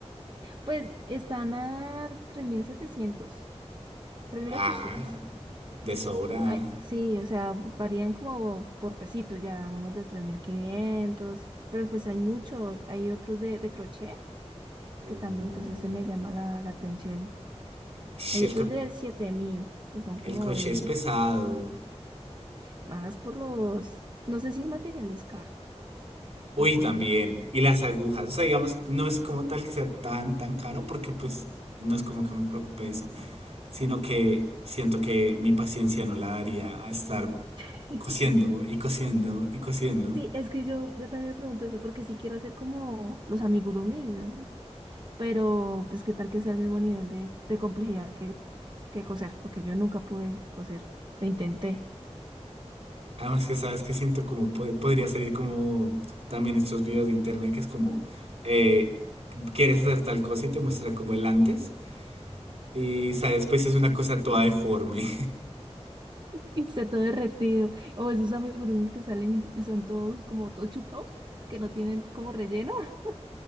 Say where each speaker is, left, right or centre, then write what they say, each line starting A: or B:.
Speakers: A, on the right; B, on the right.
A: Pues están a tres tres mil setecientos tres mil
B: Ah,
A: ochocientos
B: de sobra.
A: Ay, sí, o sea, varían como por pesitos ya, unos de tres mil quinientos pero pues hay muchos, hay otros de, de crochet,
B: Uh,
A: que también pues ese me llama la, la atención.
B: sh,
A: Hay
B: el,
A: otros
B: cro-
A: de 7.000 que son como
B: el crochet
A: de
B: es pesado.
A: más por los, no sé si el material es caro,
B: Uy,
A: porque...
B: también. Y las agujas. O sea, digamos, no es como tal que sea tan, tan caro, porque pues no es como que me preocupe eso. Sino que siento que mi paciencia no la daría a estar
A: <laughs>
B: cosiendo y cosiendo y cosiendo.
A: Sí, es que yo, yo también me pregunto eso, porque sí quiero hacer como los amigurumis, ¿verdad? pero pues qué tal que sea el mismo nivel de, de complejidad que, que coser, porque yo nunca pude coser, lo intenté.
B: Además que sabes que siento como po- podría salir como también estos videos de internet que es como eh, quieres hacer tal cosa y te muestra como el antes y sabes pues es una cosa toda deforme.
A: Y está todo derretido. O esos amigurumis que salen y son todos como todos chupados, que no tienen como relleno. <laughs>